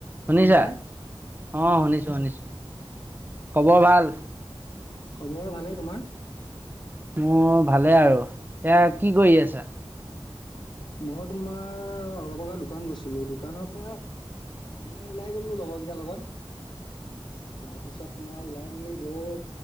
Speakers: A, on the right (about 20°); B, on the left (about 55°).
A: শুনিছা?
B: শুনিছানে?
A: অ' শুনিছো শুনিছো। খবৰ ভাল?
B: খবৰ ভালেই তোমাৰ?
A: মোৰ ভালে আৰু। এতিয়া কি কৰি আছা?
B: মই তোমাৰ অলপ আগত দোকান গৈছিলোঁ। দোকানৰ পৰা এনেই ওলাই গলো লগৰ কেইটাৰ লগত। তাৰপিছত তোমাৰ ওলাই মেলি গৈ,